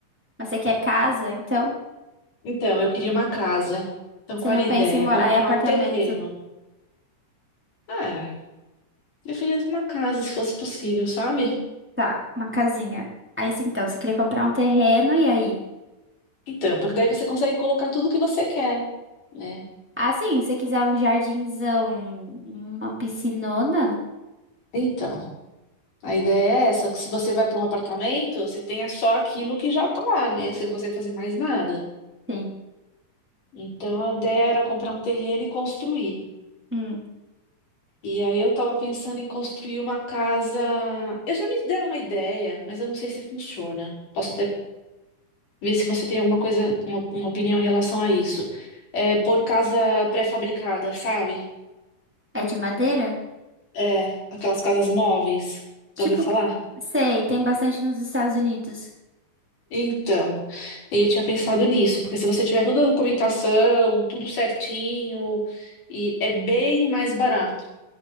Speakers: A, in the centre; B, on the left.
A: Mas Você quer casa, então?
B: Então, eu queria uma casa. Então,
A: Você
B: qual
A: não
B: era a
A: pensa
B: ideia?
A: em morar
B: Comprar
A: em apartamento
B: um terreno. Ah, Preferia uma casa, se fosse possível, sabe?
A: Tá, uma casinha. Aí, sim, então, você queria comprar um terreno e aí?
B: Então, porque daí você consegue colocar tudo que você quer, né?
A: Ah, sim, se você quiser um jardinzão, uma piscinona?
B: Então, a ideia é essa, que se você vai para um apartamento, você tenha só aquilo que já está lá, né? Você não consegue fazer mais nada.
A: Sim.
B: Então, a ideia era comprar um terreno e construir.
A: Hum,
B: E aí eu estava pensando em construir uma casa. Eu já me deram uma ideia, mas eu não sei se funciona. Posso até ver se você tem alguma coisa, uma, uma opinião em relação a isso. É por casa pré-fabricada, sabe?
A: é de madeira?
B: É, aquelas casas móveis.
A: Tipo,
B: Já ouviu falar?
A: que- sei, tem bastante nos Estados Unidos.
B: Então, eu tinha pensado nisso, porque se você tiver toda a documentação, tudo certinho, e é bem mais barato.